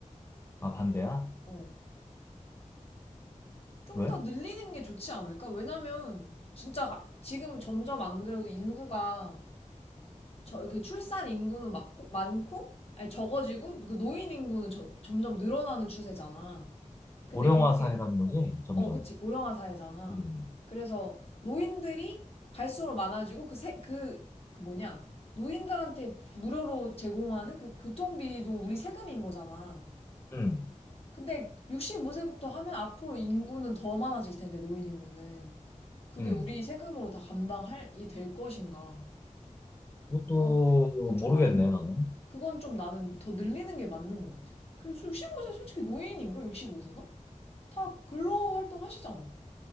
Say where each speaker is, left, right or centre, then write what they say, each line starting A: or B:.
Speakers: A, on the left; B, on the left.
A: 아, 반대야?
B: 어. 좀
A: 왜?
B: 더 늘리는 게 좋지 않을까? 왜냐면 진짜 지금 점점 안 그래도 인구가 저 그 출산 인구는 많고 많고 아니 적어지고 그 노인 인구는 저- 점점 늘어나는 추세잖아. 근데
A: 고령화
B: 그렇게
A: 사회라는 거지, 점점.
B: 어 그치 고령화 사회잖아.
A: 음,
B: 그래서 노인들이 갈수록 많아지고 그 세 그 그 뭐냐 노인들한테 무료로 제공하는 그 교통비도 우리 세금인 거잖아.
A: 음,
B: 근데 65세부터 하면 앞으로 인구는 더 많아질 텐데 노인 인구는. 그게
A: 음.
B: 우리 세금으로 다 감당할이 될 것인가?
A: 그것도
B: 난 그건 좀
A: 모르겠네,
B: 아닌 것 같아.
A: 나는.
B: 그건 좀 나는 더 늘리는 게 맞는 것 같아. 그래서 65세 솔직히 노인인걸 65세가? 다 근로 활동 하시잖아.